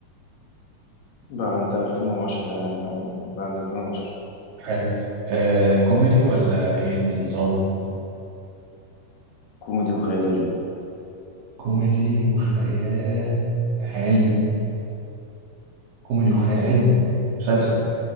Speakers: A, on the left (about 80°); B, on the right (about 85°).
A: بعد 2010 يعني أو بعد 2010
B: حلو آه كوميدي ولا ايه نظامه
A: كوميدي وخيال علمي
B: كوميدي وخيال علمي كوميدي وخيال علمي مسلسل